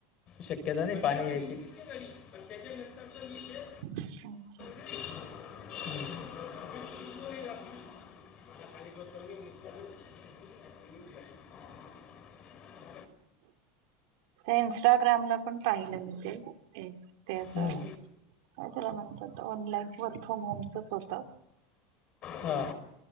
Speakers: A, on the left; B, on the right.
A: शक्यता नाही. पाणी यायची. पण त्याच्या नंतरचा विषेय.
B: अच्छा.
A: <inaudible> <unintelligible>
B: ते इन्स्टाग्रामला पण पाहिलं. मी ते. ते त्याचं,
A: हम्म,
B: काय त्याला म्हणतात, ऑनलाईन वर्क फ्रॉम होमचं होत.
A: हा.